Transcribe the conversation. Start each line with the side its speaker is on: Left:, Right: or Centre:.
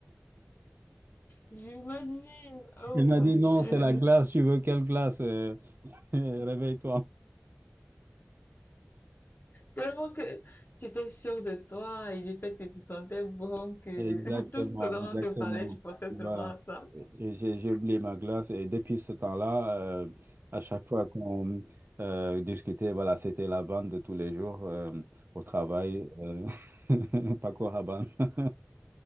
Left: J'imagine, oh
Right: Il m'a
Left: mon
Right: dit
Left: Dieu,
Right: non, c'est la glace, tu veux quelle glace? Euh, <laughs> réveille-toi.
Left: tellement que tu étais sûre de toi et du fait que tu sentais bon que
Right: Exactement,
Left: <laughs> tout ce dont
Right: exactement.
Left: on te parlait, tu pensais
Right: Voilà.
Left: seulement à ça.
Right: Et J'ai j'ai oublié ma glace et depuis ce temps-là, euh, à chaque fois qu'on euh, discutait, voilà, c'était la vanne de tous les jours euh, au travail. Euh, <laughs> Paco Rabanne. <laughs>